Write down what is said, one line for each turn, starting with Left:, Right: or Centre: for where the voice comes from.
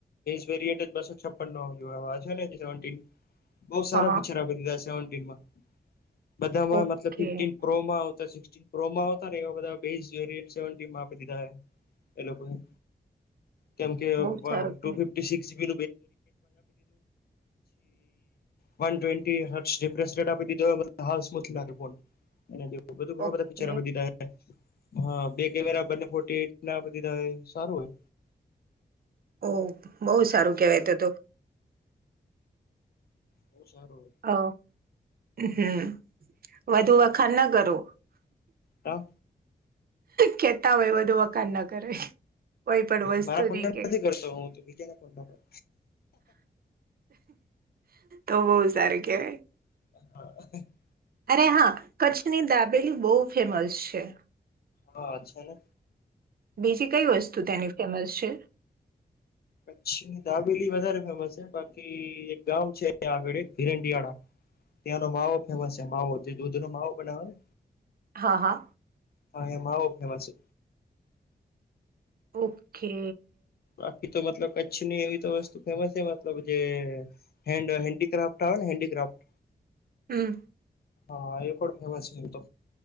Left: વેરન્ટસો છપન નો આવ બ સારા
Right: હા હા
Left: ફીચર આપી દીધાેવ બધામાં
Right: ઓકે
Left: મતલબ ફ પ્રોમાતા સ પ્રોમા આવતા ને એવા બધા બે વે સેવ આપી દીધા હે. એ લોકો. કેમ કે દીધું.
Right: બહુ સારું કે
Left: પછી વન ટ્વેન્ટી હટ્ઞ રિફ્રેશ રેટ આપી દીધો હાઉ સ્મૂથ લાગે ફોન એ બધ
Right: ઓકે
Left: ઘ બધા ફિકચર બીધા હ બે કેમેરા બ ટે ના દીધા સારું હોય.
Right: ઓહ બહઉુ સારું કેવાય તો તો.
Left: બો સારું
Right: અ હમ વધુ વખાણ ના કરો
Left: હ
Right: કેતા હોય બધું વખાણ ના કરે કોઈ પણ વસ્તુની
Left: મારા ફોનમા
Right: કે
Left: નથી કરતો હું તો બીજાના ફોનમાં
Right: તો બહુ સારું કેવાય
Left: હા
Right: અરે હા કચ્છની દાબેલી બહુ ફેમસ છે.
Left: હા અચ્છા ને
Right: બીજી કઈ વસ્તુ ત્યાંની ફેમસ છે?
Left: કચ્છ ની દાબેલી વધારે ફેમસ છે બાકી એક ગામ છે, આગળ હિરડિયાળા ત્યાંનો માવો ફેમસ છે માવો જે દૂધ નો માવો બનાવે ને
Right: હા હા
Left: હા એ માવો ફેમસ છે.
Right: ઓકે
Left: બાકી તો મતલબ કચ્છની એવી તો વસ્તુ ફેમસ છે મતલબ જે હેન્ડ હેન્ડીક્રાફ્ટ આવે ને હેન્ડીક્રાફ્ટ
Right: હમ
Left: હા એ પણ પણ ફેમસ છે તો